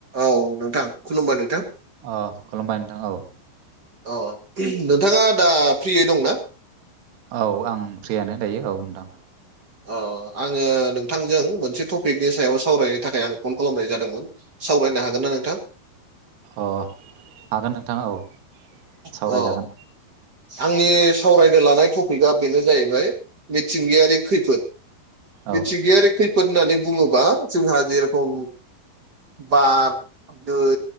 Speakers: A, on the right (about 40°); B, on the right (about 70°).
A: औ नोंथां खुलुमबाय नोंथां।
B: अ खुलुमबाय नोंथां औ।
A: औ नोंथाङा दा फ्रियै दंना?
B: औ आं फ्रियानो दायो औ नोंथां।
A: अ आङो नोंथांजों मोनसे टपिकनि सायाव सावरायनो थाखाय आं कल खालामनाय जादोंमोन। सावरायनो हागोन ना नोंथां?
B: अ हागोन नोंथां औ। सावरायजागोन
A: अ। आंनि सावरायनो लानाय टपिकआ बेनो जाहैबाय मिथिंगायारि खैफोद। मिथिंगायारि
B: औ
A: खैफोद होन्नानै बुङो ब्ला जोंहा जेरेखम बार दै